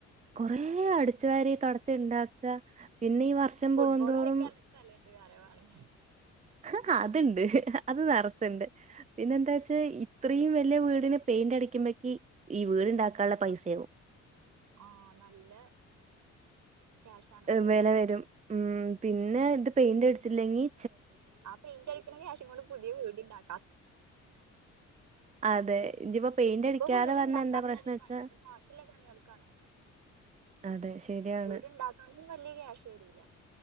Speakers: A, on the right; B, on the right.
A: കൊറ അടിച്ചു വാരി തുണച്ച ഉണ്ടാക്കുക പിന്നെ ഈ വർഷം
B: ഫുട്ബോൾ
A: പോകന്തോറും
B: കളിക്കാനുള്ള സ്ഥലണ്ട് വേറെ വേണെങ്കി
A: ആ അതുണ്ട് അത് നിറച്ചുണ്ട് പിന്നെ എന്താ ഇത്രയും വലിയ വീടിന് പെയിന്റ് അടിക്കുമ്പക്ക് ഈ വീട്ണ്ടാക്കാനുള്ള പൈസയാകവും
B: ആഹ നല്ല ക്യാഷാണിപ്പോ
A: വില വരും ഉം പിന്നെ ഇത് പെയിന്റ് അടിച്ചില്ലെങ്കിൽ
B: അപ്പൊ ഇന്റടരിക്കണ യാഷ് ഇങ്ങണ്ട് പുതിയ വീട്ണ്ടാക്ക
A: അതെ ഇനിയിപ്പോ പെയിന്റ്
B: ഇപ്പൊ
A: അടിക്കാതെ
B: വീട്ണ്ടാക്കാൻ
A: വന്ന എന്താ പ്രശ്നച്ചാ
B: നല്ല പണി ഇപ്പ ബാക്കിയുള്ള പണികൾക്കാണ്
A: അതെ ശരിയാണ്.
B: വീട്ണ്ടാക്കാനൊന്നും വല്ിയ ക്യാഷ് വരൂല